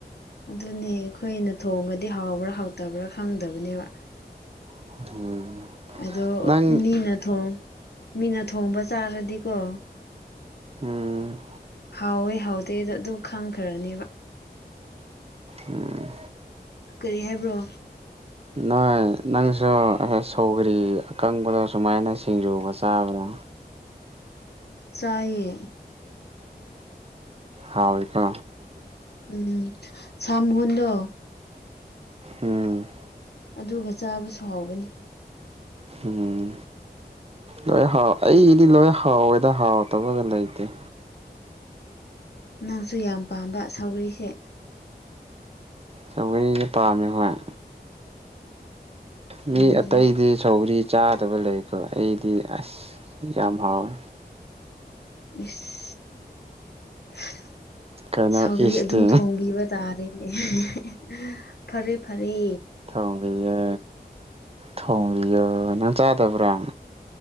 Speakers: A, on the left (about 75°); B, on the right (about 35°).
A: ꯑꯗꯨꯅꯦ ꯑꯩꯈꯣꯏꯅ ꯊꯣꯡꯉꯗꯤ ꯍꯥꯎꯕ꯭ꯔꯥ ꯍꯥꯎꯇꯕ꯭ꯔꯥ ꯈꯪꯗꯕꯅꯦꯕ
B: <unintelligible>
A: ꯑꯗꯣ
B: ꯅꯪ
A: ꯃꯤꯅ ꯊꯣꯡ ꯃꯤꯅ ꯊꯣꯡꯕ ꯆꯥꯔꯗꯤꯀꯣ
B: ꯎꯝ
A: ꯍꯥꯎꯋꯤ ꯍꯥꯎꯗꯦꯗꯣ ꯑꯗꯨꯝ ꯈꯪꯈ꯭ꯔꯅꯦꯕ
B: ꯎꯝ
A: ꯀ꯭ꯔꯤ ꯍꯥꯏꯕ꯭ꯔꯣ
B: ꯅꯣꯏ ꯅꯪꯁꯨ ꯁꯧꯒ꯭ꯔꯤ ꯑꯀꯪꯕꯗꯣ ꯁꯨꯃꯥꯏꯅ ꯁꯤꯡꯖꯨꯒ ꯆꯥꯕ꯭ꯔꯥ
A: ꯆꯥꯏꯌꯦ
B: ꯍꯥꯎꯋꯤ ꯀꯣ
A: ꯎꯝ ꯁꯥꯝꯍꯨꯟꯗꯣ
B: ꯎꯝ
A: ꯑꯗꯨꯒ ꯆꯥꯕꯁꯨ ꯍꯥꯎꯒꯅꯤ
B: ꯎꯝ ꯂꯣꯏ ꯍꯥꯎ ꯑꯩꯗꯤ ꯂꯣꯏ ꯍꯥꯎꯋꯦꯗ ꯍꯥꯎꯇꯕꯒ ꯂꯩꯇꯦ
A: ꯎ ꯅꯪꯁꯨ ꯌꯥꯝ ꯄꯥꯝꯕ ꯁꯧꯒ꯭ꯔꯤꯁꯦ
B: ꯆꯧꯒꯔꯤꯁꯦ ꯄꯥꯝꯃꯦ ꯍꯣꯏ ꯃꯤ
A: ꯎꯝ
B: ꯑꯇꯩꯗꯤ ꯁꯧꯒ꯭ꯔꯤ ꯆꯥꯗꯕ ꯂꯩꯀꯣ ꯑꯩꯗꯤ ꯑꯁ ꯌꯥꯝ ꯍꯥꯎꯋꯦ
A: ꯏꯁ <unintelligible>
B: ꯀꯩꯅꯣ
A: ꯁꯥꯎꯒ꯭ꯔꯤ
B: ꯏꯁꯇꯤ
A: ꯑꯗꯨꯝ ꯊꯣꯡꯕꯤꯕ ꯇꯥꯔꯦꯅꯦ <unintelligible> ꯐꯔꯦ ꯐꯔꯦ
B: ꯊꯣꯡꯕꯤꯌꯦ ꯊꯣꯡꯕꯤꯌꯣ ꯅꯪ ꯆꯥꯗꯕ꯭ꯔꯥ